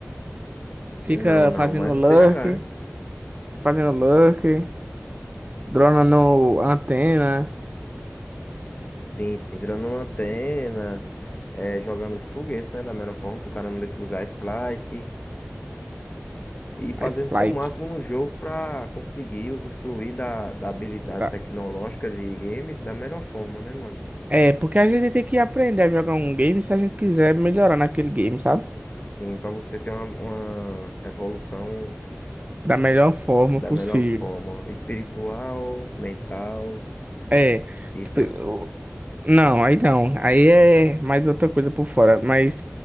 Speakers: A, on the right (about 35°); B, on the left (about 35°).
A: Fica
B: Não, não,
A: fazendo
B: mas você
A: lurk.
B: jogar, né?
A: fazendo lurker, dronando antena,
B: Sim, sim, durando uma antena, é, jogando os foguetes, né? Da melhor forma, pro cara não defusar a spike. E fazendo
A: a spike.
B: seu máximo no jogo pra conseguir usufruir da, da habilidade
A: Tá.
B: tecnológica de games da melhor forma, né, mano?
A: É, porque a gente tem que aprender a jogar um game se a gente quiser melhorar naquele game, sabe?
B: Sim, pra você ter uma, uma evolução
A: Da melhor forma
B: da
A: possível.
B: melhor forma, espiritual, mental
A: É,
B: e
A: tipo,
B: sexo.
A: eu- não, aí não. Aí é mais outra coisa por fora. Mas